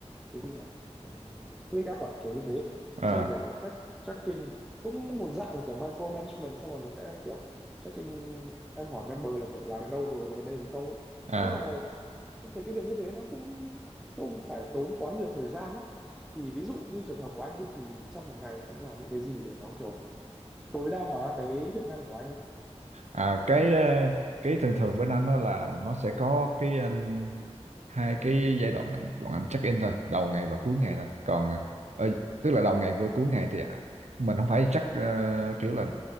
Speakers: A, in the centre; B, on the right.
A: cái gì nhỉ Ừm, click up à kiểu như thế
B: à
A: rồi kiểu track, tracking cũng một dạng là kiểu micro management xong rồi mình sẽ kiểu tracking em hỏi member là kiểu làm đến đâu rồi có vấn đề gì không ấy.
B: à
A: nhưng mà tôi thấy cái việc như thế nó cũng không phải tốn quá nhiều thời gian ấy thì ví dụ như trường hợp của anh đi thì trong một ngày anh làm những cái gì để nó kiểu tối đa hóa cái hiệu năng của anh ấy
B: À, cái ờ, cái thường thường bên anh đó là nó sẽ có cái um, hai cái giai đoạn là bọn anh check in thôi đầu ngày và cuối ngày thôi còn ờ, tức là đầu ngày với cuối ngày thì mình không phải check ờ, kiểu là